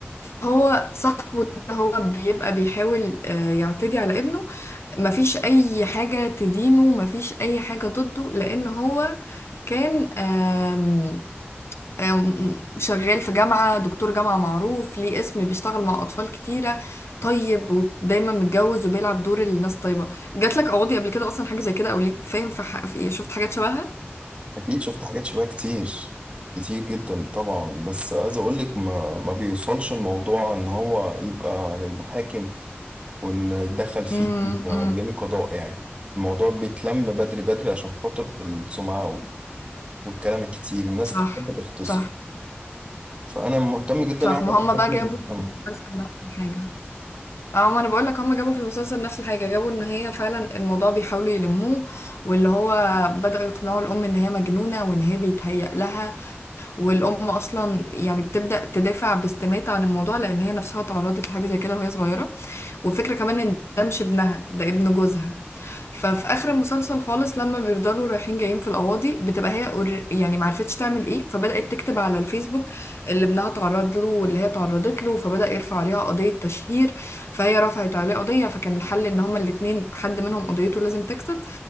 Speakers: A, on the left; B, on the right.
A: هو صاحبه ده هو بيبقى بيحاول آه، يعتدي على ابنه مفيش اي حاجة تدينه مفيش اي حاجة ضده لان هو كان آم، آم، شغال في جامعة دكتور جامعة معروف ليه اسم بيشتغل مع اطفال كتيرة طيب ودايما متجوز وبيلعب دور الناس طيبة جاتلك قواضي قبل كده اصلا حاجة زي كده او ليك فاهم في, ح... في إيه، شفت حاجات شبهها
B: اكيد شفت حاجات شبه كتير كتير جدا طبعا بس عايز اقول لك ما ما بيوصلش الموضوع ان هو يبقى للمحاكم وان يتدخل فيه
A: امم
B: رجال
A: امم.
B: القضاء يعني الموضوع بيتلم بدري بدري عشان خاطر السمعة والكلام الكتير الناس
A: صح
B: بتحب تختصر
A: صح
B: فأنا مهتم جدا
A: صح
B: أعرف
A: ما هم
B: حكم
A: بقى جابوا
B: المحكمة
A: مسلسل نفس الحاجة اه ما انا بقول لك هم جابوا في المسلسل نفس الحاجه جابوا ان هي فعلا الموضوع بيحاولوا يلموه واللي هو بداوا يقنعوا الام ان هي مجنونه وان هي بيتهيأ لها والام اصلا يعني بتبدا تدافع باستماتة عن الموضوع لان هي نفسها اتعرضت لحاجه زي كده وهي صغيره والفكره كمان ان ده مش ابنها ده ابن جوزها ففي اخر المسلسل خالص لما بيفضلوا رايحين جايين في القواضي بتبقى هي أور- يعني معرفتش تعمل ايه فبدأت تكتب على الفيسبوك اللي ابنها تعرض له واللي هي تعرضت له فبدأ يرفع عليها قضية تشهير فهي رفعت عليه قضية فكان الحل ان هما الاتنين حد منهم قضيته لازم تكسب